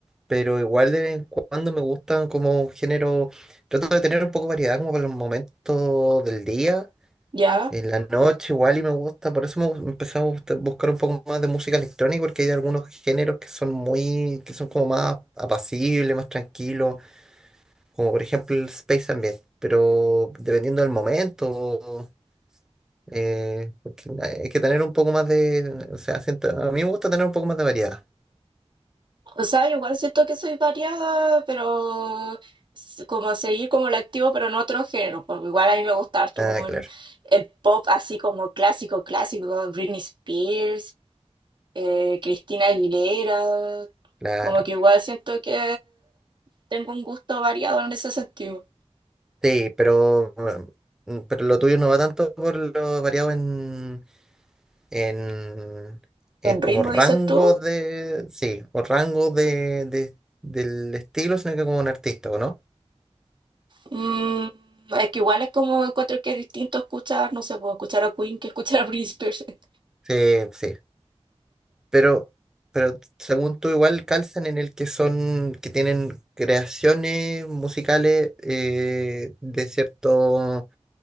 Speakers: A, in the centre; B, on the right (about 45°).
A: pero igual de vez en cuando me gustan como un género, trato de tener un poco de variedad como para los momentos del día,
B: Ya.
A: en la noche igual y me gusta, por eso me, gu- empecé a gusta- buscar un poco más de música electrónica porque hay algunos géneros que son muy, que son como más apacibles, más tranquilos, como por ejemplo el space ambient, pero dependiendo del momento eh, porque hay que tener un poco más de, o sea, siento- a mí me gusta tener un poco más de variedad.
B: O sea, yo igual siento que soy variada, pero s- como seguir como el activo, pero en otro género. Porque igual a mí me gusta harto
A: Ah,
B: como el,
A: claro,
B: el pop así como clásico, clásico, Britney Spears, eh, Cristina Aguilera.
A: claro.
B: Como que igual siento que tengo un gusto variado en ese sentido.
A: Sí, pero, mm, pero lo tuyo no va tanto por lo variado en, en, en
B: ¿En
A: como
B: ritmo
A: rango
B: dices tú?
A: de, sí, o rango de, de- del estilo, sino que como un artista, ¿o no?
B: Mm, es que igual es como encuentro que es distinto escuchar, no sé, puedo escuchar a Queen que escuchar a Britney Spears. <laughs>
A: Sí, sí. Pero, pero según tú igual calzan en el que son, que tienen creaciones musicales eh, de cierto